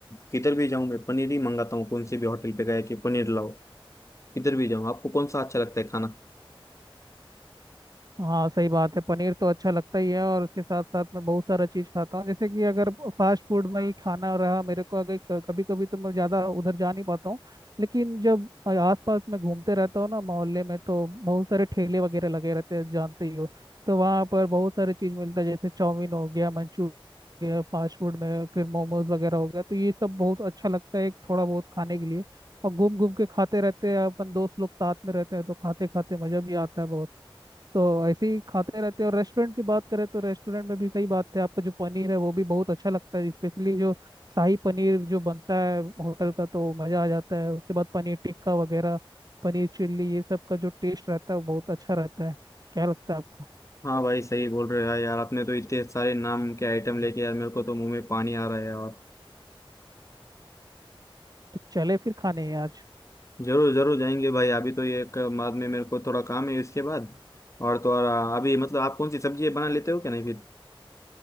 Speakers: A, on the left; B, on the right.
A: किधर भी जाऊं मैं पनीर ही मंगाता हूँ कौन से भी होटल पे गया कि पनीर लाओ किधर भी जाऊँ आपको कौन सा अच्छा लगता है खाना
B: हाँ सही बात है पनीर तो अच्छा लगता ही है और उसके साथ साथ मैं बहुत सारा चीज़ खाता हूँ जैसे कि अगर फास्ट फूड में ही खाना रहा मेरे को अगर कभी कभी तो मैं ज़्यादा उधर जा नहीं पाता हूँ लेकिन जब आस पास में घूमते रहता हूँ ना मोहल्ले में तो बहुत सारे ठेले वगैरह लगे रहते हैं जानते ही हो तो वहाँ पर बहुत सारी चीज़ मिलता है जैसे चाउमीन हो गया मंचूरियन हो गया फास्ट फूड में फिर मोमोज वगैरह हो गया तो ये सब बहुत अच्छा लगता है थोड़ा बहुत खाने के लिए और घूम घूम के खाते रहते हैं अपन दोस्त लोग साथ में रहते हैं तो खाते खाते मज़ा भी आता है बहुत तो ऐसे ही खाते रहते हैं और रेस्टोरेंट की बात करें तो रेस्टोरेंट में भी सही बात है आपका जो पनीर है वो भी बहुत अच्छा लगता है स्पेशली जो शाही पनीर जो बनता है होटल का तो मज़ा आ जाता है उसके बाद पनीर टिक्का वगैरह पनीर चिल्ली ये सब का जो टेस्ट रहता है वो बहुत अच्छा रहता है क्या लगता है आपको
A: हाँ भाई सही बोल रहे हो यार यार आपने तो इतने सारे नाम के आइटम लेके यार मेरे को तो मुंह में पानी आ रहा है और
B: तो चले फिर खाने हैं आज
A: जरूर जरूर जाएंगे भाई अभी तो ये एक बाद में मेरे को थोड़ा काम है इसके बाद और तो और आ, अभी मतलब आप कौन सी सब्जी बना लेते हो क्या नहीं फिर